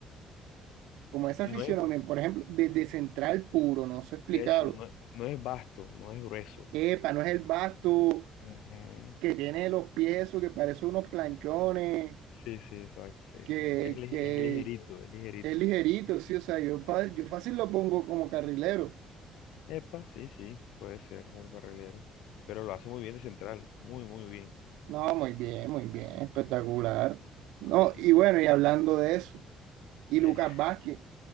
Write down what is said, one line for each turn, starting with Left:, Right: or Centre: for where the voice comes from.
Right: como esa
Left: No
Right: fisionomía,
Left: es
Right: por ejemplo, de, de central puro, no sé explicarlo.
Left: de eso, no, no es vasto, no es grueso.
Right: Epa, no es el basto
Left: Ujú.
Right: que tiene los pies, eso que parece unos planchones,
Left: Sí, sí, exacto, sí,
Right: que,
Left: sí, sí. Es, li-
Right: que
Left: es ligerito, es ligerito.
Right: es ligerito, sí, o sea, yo, fa-
Left: Sí, sí.
Right: yo fácil lo pongo como carrilero.
Left: Epa, sí, sí, puede ser como un carrilero. Pero lo hace muy bien de central, muy, muy bien.
Right: No, muy bien, muy bien, espectacular. No,
Left: Ah, sí,
Right: y
Left: sí.
Right: bueno, y hablando de eso, y
Left: Que-
Right: Lucas Vázquez,